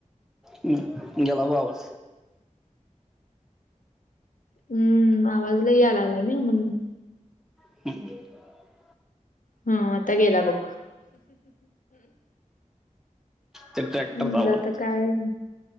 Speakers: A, in the centre; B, on the left.
A: हम. गेला बघ आवाज.
B: हम्म. आवाज लई यायला लागलाय ना म्हणून.
A: <unintelligible>
B: हं. आता गेला बघ.
A: ते ट्रॅक्टरचा
B: म्हटलं
A: आवाज
B: आता
A: होता
B: काय?